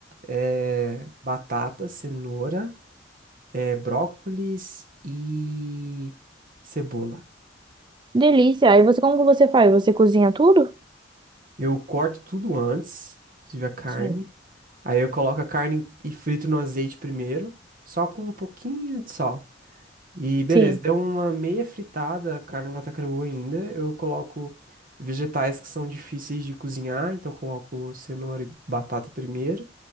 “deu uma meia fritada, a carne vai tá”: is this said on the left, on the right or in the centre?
Right